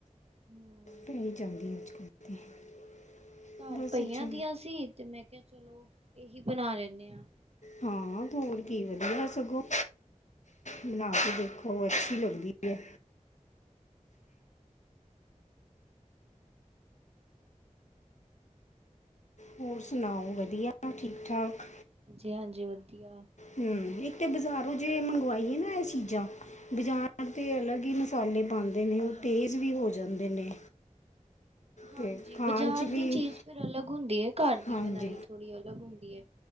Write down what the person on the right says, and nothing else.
ਹਮ
ਘਰ
ਪਈਆਂ
ਦੀਆਂ ਸੀ ਤੇ ਮੈਂ ਕਿਹਾ, ਚਲੋ ਇਹੀ ਬਣਾ ਲੈਂਨੇ ਹਾਂ।
ਹਾਂ
ਜੀ ਹਾਂਜੀ ਵਧੀਆ
ਹਾਂਜੀ
ਬਜ਼ਾਰ
ਦੀ ਚੀਜ਼ ਫਿਰ ਅਲੱਗ ਹੁੰਦੀ ਹੈ, ਘਰ
ਦੀ ਬਣਾਈ ਥੋੜ੍ਹੀ ਅਲੱਗ ਹੁੰਦੀ ਹੈ।